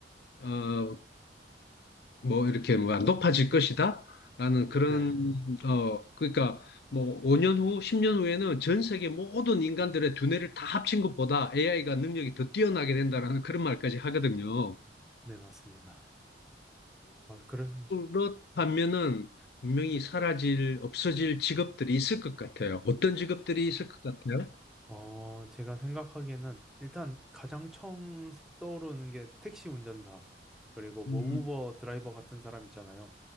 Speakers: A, on the left (about 60°); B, in the centre.
A: 어, 뭐 이렇게 뭐 높아질 것이다 라는 그런
B: 네,
A: 어 그러니까 뭐 5년 후, 10년 후에는 전 세계 모든 인간들의 두뇌를 다 합친 것보다 AI가 능력이 더 뛰어나게 된다라는 그런 말까지 하거든요.
B: 네, 맞습니다. 아, 그래.
A: 그렇다면은 분명히 사라질, 없어질 직업들이 있을 것 같아요. 어떤 직업들이 있을 것 같아요?
B: 어, 제가 생각하기에는 일단 가장 처음 떠오르는 게 택시 운전사, 그리고
A: 음,
B: 뭐 우버 드라이버 같은 사람 있잖아요.